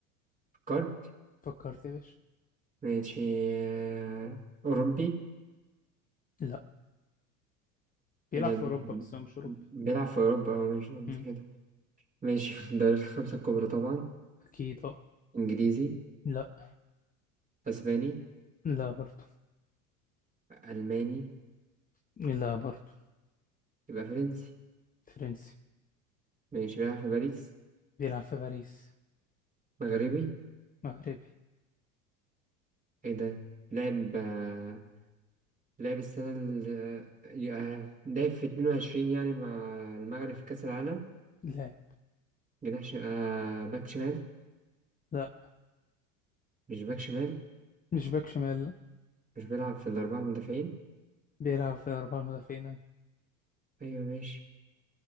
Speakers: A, on the right; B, on the left.
A: فكرت
B: فكرت يا باشا
A: ماشي آه، أوروبي
B: لا بيلعب
A: إيه ده
B: في
A: ب-
B: اوروبا بس هو مش اوروبي
A: بيلعب في أوروبا اه ماشي قصدي
B: مم.
A: كده ماشي في الدوريات الخمسة الكبرى طبعا
B: اكيد اه
A: إنجليزي
B: لا
A: أسباني
B: لا برضو
A: ألماني
B: لا برضو
A: يبقى فرنسي
B: فرنسي
A: ماشي بيلعب في باريس
B: بيلعب في باريس
A: مغربي
B: مغربي
A: ايه ده لعب آه، لعب السنة ال آه، آه، لعب في 22 يعني مع المغرب في كأس العالم
B: لاعب
A: جناح ش... آه باك شمال
B: لا
A: مش باك شمال
B: مش باك شمال لا
A: مش بيلعب في الأربعة المدافعين
B: بيلعب في اربعة المدافعين ايوه
A: أيوة ماشي